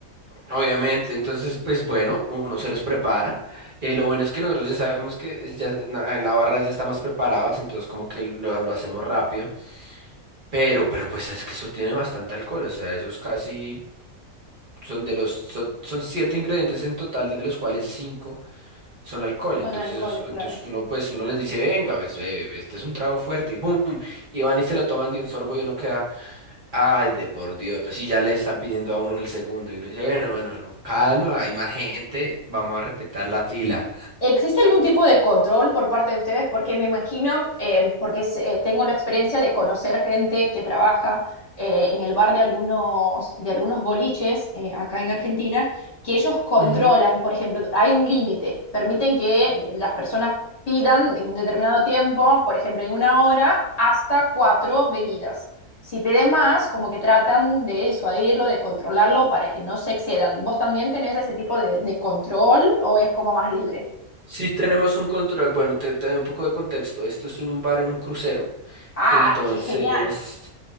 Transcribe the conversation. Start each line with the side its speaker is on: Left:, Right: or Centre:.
Right: Obviamente, entonces, pues bueno, uno se los prepara. Eh, lo bueno es que nosotros ya sabemos que ya, na- en la barra ya está más preparados, entonces como que lo lo hacemos rápido. Pero, pero pues es que eso tiene bastante alcohol, o sea, esos casi son de los, son, son siete ingredientes en total, de los cuales cinco son alcohol.
Left: <laughs>
Right: Entonces,
Left: Con alcohol,
Right: es- entonces
Left: claro.
Right: uno, pues, uno les dice, venga, pues, eh, este es un trago fuerte, y boom, y van y se lo toman de un sorbo y uno queda, ay, de por Dios, y ya le están pidiendo a uno el segundo, y uno dice, bueno, bueno, bueno, calma, hay más gente, vamos a respetar la fila.
Left: ¿Existe algún tipo de control por parte de ustedes? Porque me imagino, eh, porque se- eh, tengo la experiencia de conocer gente que trabaja eh, en el bar de algunos, de algunos boliches eh, acá en Argentina, que ellos controlan,
Right: Ujú.
Left: por ejemplo, hay un límite, permiten que las personas pidan en determinado tiempo, por ejemplo, en una hora, hasta cuatro bebidas. Si pide más, como que tratan de disuadirlo, de controlarlo para que no se excedan. ¿Vos también tenés ese tipo de de control o es como más libre?
Right: Sí tenemos un control. Bueno, te, te doy un poco de contexto. Esto es en un bar en un crucero.
Left: Ah,
Right: Entonces,
Left: qué genial.